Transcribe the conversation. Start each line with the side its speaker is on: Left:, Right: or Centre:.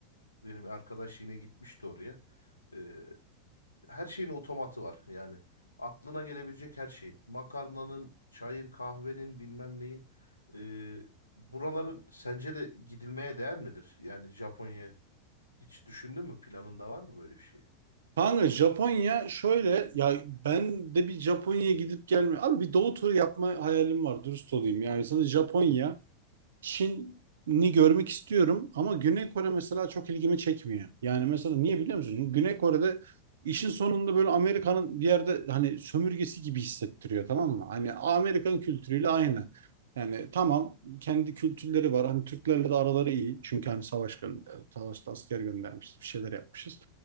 Left: Benim arkadaş yine gitmişti oraya. Ee, her şeyin otomatı var yani. Aklına gelebilecek her şeyin. Makarnanın, çayın, kahvenin, bilmem neyin. Ee, buraların sence de gidilmeye değer midir? Yani Japonya hiç düşündün mü? Planında var mı böyle bir şey?
Right: Kanka Japonya şöyle ya ben de bir Japonya'ya gidip gelme. Abi bir doğu turu yapma hayalim var dürüst olayım. Yani sana Japonya Çin'i görmek istiyorum ama Güney Kore mesela çok ilgimi çekmiyor. Yani mesela niye biliyor musun? Çünkü Güney Kore'de işin sonunda böyle Amerika'nın bir yerde hani sömürgesi gibi hissettiriyor tamam mı? Hani Amerikan kültürüyle aynı. Yani tamam kendi kültürleri var. Hani Türklerle de araları iyi. Çünkü hani savaş gönder, savaşta asker göndermişiz, bir şeyler yapmışız.